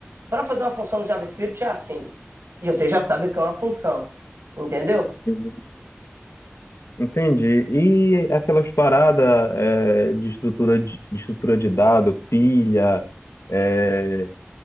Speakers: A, on the right (about 75°); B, on the left (about 80°).
A: para fazer uma função no JavaScript é assim. E você já sabe o que é uma função, entendeu?
B: Hum. Entendi. E aquelas paradas é, de estrutura de, de estrutura de dado, pilha, é,